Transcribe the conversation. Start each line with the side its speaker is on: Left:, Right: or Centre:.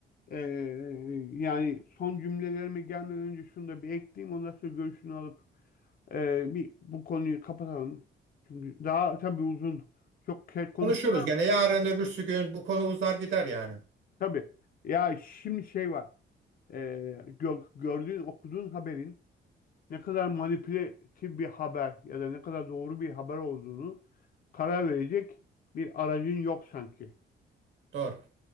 Left: eee, yani son cümlelerime gelmeden önce şunu da bir ekleyeyim ondan sonra görüşünü alıp eee, bir bu konuyu kapatalım. Çünkü daha tabii uzun çok şey konuşurlar
Right: Konuşuruz
Left: ama
Right: gene yarın öbürsü gün bu konu uzar gider yani.
Left: tabii. Ya şimdi şey var eee, gör- gördüğün okuduğun haberin ne kadar manipülatif bir haber ya da ne kadar doğru bir haber olduğunu karar verecek bir aracın yok sanki.
Right: Doğru.